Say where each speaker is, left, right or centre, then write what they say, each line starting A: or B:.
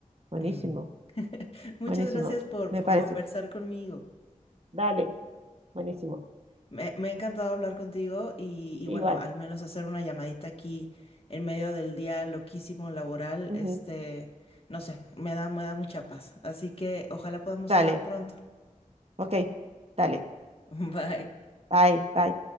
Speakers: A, on the right; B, on the left.
A: buenísimo,
B: <laughs> Muchas
A: buenísimo,
B: gracias por,
A: me
B: por
A: parece.
B: conversar conmigo.
A: Dale, buenísimo,
B: Me, me ha encantado hablar contigo y, y
A: igual.
B: bueno, al menos hacer una llamadita aquí en medio del día loquísimo laboral,
A: ujú,
B: este, no sé, me da, me da mucha paz. Así que ojalá podamos
A: Dale,
B: hablar pronto.
A: ok, dale,
B: <laughs> Bye.
A: bye, bye.